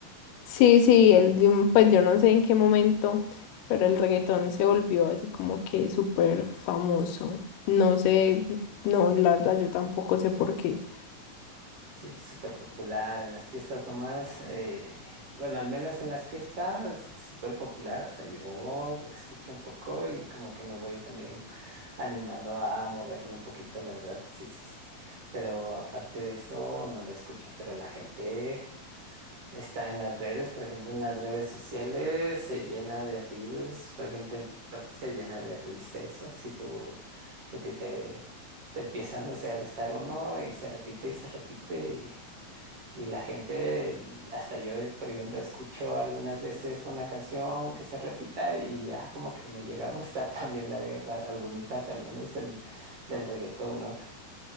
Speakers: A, on the left; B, on the right.
A: Sí, sí, el, de un- pues yo no sé en qué momento, pero el reggaetón se volvió así como que súper famoso. No sé, no, la verdad yo tampoco sé por qué.
B: Sí, es súper popular, en las fiestas nomás, eh, bueno, al menos en las fiestas es súper popular, hasta yo escucho un poco y como que me voy también animando a moverme un poquito, la verdad, sí, sí, sí. Pero aparte de eso, no lo escucho, pero la gente está en las redes, por ejemplo, en las redes sociales se llena de reels, por ejemplo, en TikTok se llena de reels de eso. Si tú, si a ti te, te empieza, no sé, a gustar uno y se repite y se repite y la gente, y hasta yo, por ejemplo, escucho algunas veces una canción que se repita y ya como que me llega a gustar <laughs> también, la verdad, algunitas al menos en- del reggaetón, ¿no?